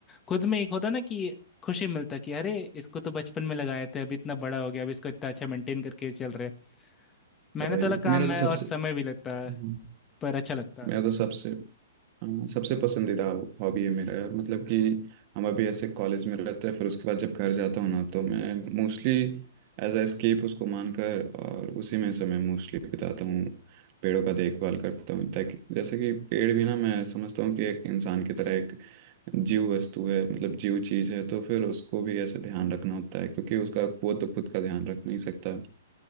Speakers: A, on the left; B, on the right.
A: खुद में एक होता ना कि खुशी मिलता कि अरे इसको तो बचपन में लगाए थे अभी इतना बड़ा हो गया अब इसको इतना अच्छा मेंटेन करके चल रहे हैं। मेहनत
B: भाई
A: वाला काम
B: मेरा तो
A: है
B: सबसे
A: और समय भी लगता
B: हम्म,
A: है पर अच्छा लगता है
B: मेरा तो सबसे हाँ, सबसे पसंदीदा हॉबी है मेरा यार मतलब कि हम अभी ऐसे कॉलेज में रहते हैं फिर उसके बाद जब घर जाता हूँ ना तो मैं मोस्टली एज अ एस्केप उसको मानकर और उसी में समय मोस्टली बिताता हूँ पेड़ों का देखभाल करता हूँ ताकि जैसे कि पेड़ भी ना मैं समझता हूँ कि एक इंसान की तरह एक जीव वस्तु है मतलब जीव चीज है तो फिर उसको भी ऐसे ध्यान रखना होता है क्योंकि उसका वो तो खुद का ध्यान रख नहीं सकता